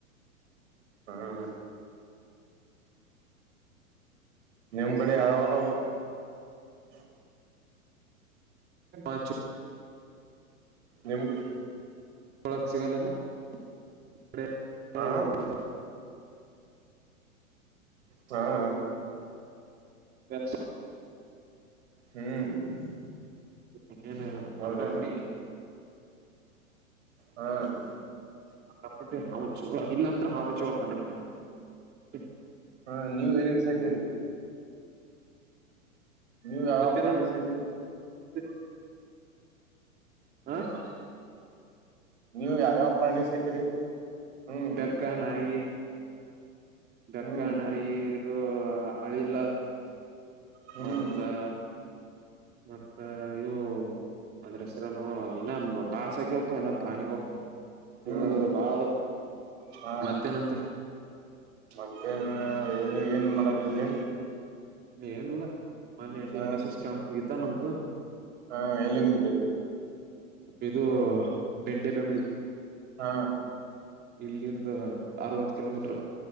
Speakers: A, on the right; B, on the right.
A: <inaudible> ನಿಮ್, ಕಡೆ, ಯಾವಧಿಯವ್ಧು? <inaudible>
B: ಅಚ್ಚು. <unintelligible>
A: ನಿಮ್. <inaudible>
B: ಒಳಕ್, ಸಸಿಗಲೇನ? <unintelligible>
A: ಹಾ ಹಾ. <unintelligible>
B: ಯಾಕ್ಸ್. <unintelligible>
A: ಹ್ಮ್. <inaudible>
B: ಮತ್ತೇನು,
A: ಹೌದೇನು
B: ಕಂಡಾಪುಟ್ಟಿ? <unintelligible>
A: ಹಾ. <unintelligible>
B: ಕಂಡಾಪುಟ್ಟಿ, ಒಂದುಚುರು, ಇಲ್ಲಿ ಒಂತರ, ಹಾವುಗಳು ಕಂಡಪಟಿನಿ. <unintelligible>
A: ಹಾ, ಇಲ್ಲಿ, ಏನುಬೆರೈನುಸು, ಅಕ್ಕಿಧಿರಿ. <unintelligible> ನಿಂಗ್ ಆಗಲ್ಲಪ್ಪ
B: ಮತ್ತೇನಂತ
A: ನೀವು ಸಾಕಿರಿ. <unintelligible>
B: <unintelligible> <inaudible> ಹಾ. <unintelligible>
A: ನೀವು, ಯಾವ್ಯಾವ, ಪ್ರಾಣಿ, ಸಾಕಿರಿ? <unintelligible> ಹ್ಮ್
B: ಬೆಕ್ಕ, ನಾಯಿ. <inaudible> ಬೇಕ,
A: ಹ್ಮ್
B: ನಾಯಿ, ಇದು, ಅಳಿಲ್ಲ. <inaudible>
A: ಹ್ಮ್
B: ಮತ್ತ. <inaudible> ಮತ್ತ, ಇವು! <inaudible> ಅದ್ರ, ಹೆಸಿರನು ಇಲ್ಲ, ಬಾಳಸಾಕೀರಪ್ಪ, ಏನೋ ಪ್ರಾಣಿಗಳು. <unintelligible> ಕೇಳದ್ರ
A: ಹ್ಮ್
B: ಬಾಳದು
A: ಹಾ
B: ಮತ್ತೇನಂತೆ
A: ಮತ್ತೇನ್ ಏನ್ ಏನ್ ಮಾಡತಿದ್ರಿ
B: ಏನಲ್ಲಾ ಮನ್ನೆ
A: ಹ
B: ಎನ್ ಎಸ್ ಎಸ್ ಕ್ಯಾಂಪ ಮುಗಿತ್ತಾ ನಮ್ದು
A: ಹಾ ಎಲ್ಲಿಗಿದ್ರಿ
B: ಇದು ಬೆಂಡೆ ಬೆಂಬಳಿ
A: ಹ್ಮ
B: ಇಲ್ಲಿಂದ ಅರವತ್ತು ಕಿಲೋಮೀಟರ್